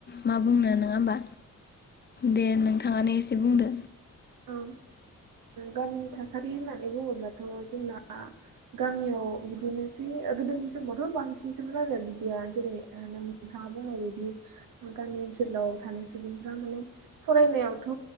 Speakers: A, on the left (about 30°); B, on the right (about 80°).
A: मा बुंनो नङा होमबा दे नोंथाङानो एसे बुंदो।
B: औ ओ गामिनि थासारि होननानै बुङोब्लाथ' जोंना गामियाव बिदिनोसै गोदोनि समावथ' बांसिनसोमोन आरो बिदिया। जेरै नोंथाङा बुंनाय बायदि गामि ओनसोलाव थानाय सुबुंफ्रा माने फरायनायावथ'